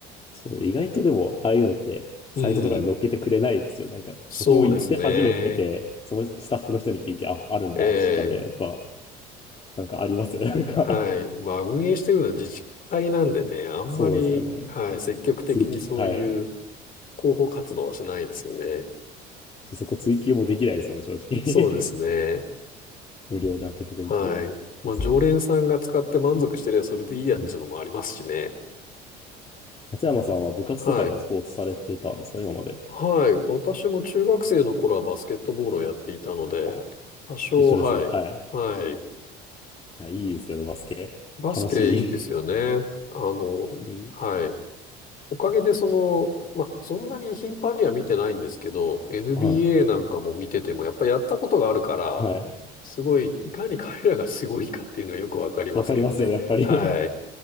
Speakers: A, on the left; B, on the left.
A: そう意外とでも、ああいうのって、サイトとかに載っけてくれないですよ。
B: うん、
A: なんか、
B: そうですね。
A: 僕も行って初めて、そのスタッフの人に聞いて、あ、あるんだって知ったんで、
B: ええ
A: やっぱ、なんかありますよね。なんか
B: はい。まあ、運営してるのは自治体なんでね、
A: <laughs>、
B: あんまり、
A: そうですよね。
B: はい、積極的にそういう
A: 追記、はい。
B: 広報活動はしないですよね。
A: そこ追記もできないですもんね、正直。
B: そうですね。
A: <laughs> 無料で開けてくれてるのに。
B: はい。まあ、
A: そうそう。
B: 常連さんが使って満足してりゃそれでいいやっちゅうのもありますしね。
A: うん。松山さんは部活とかではスポーツされてたんですか、
B: はい。
A: 今まで。
B: はい。私も中学生の頃はバスケットボールをやっていたので、
A: あ
B: 多少、
A: 一緒ですね。
B: はい。
A: はい。い
B: はい。
A: や、いいですよね、バスケ。
B: バスケいいですよね。
A: 楽しい。
B: あの、
A: <laughs> 無理
B: はい。おかげでその、まあ、そんなに頻繁には見てないんですけど、NBA
A: はい。
B: なんかも見てても、やっぱりやったことがあるから、
A: はい。
B: すごい、いかに彼らがすごいかっていうのがよくわかりますけどね。
A: わかりますよね、やっぱり。
B: はい。
A: <laughs>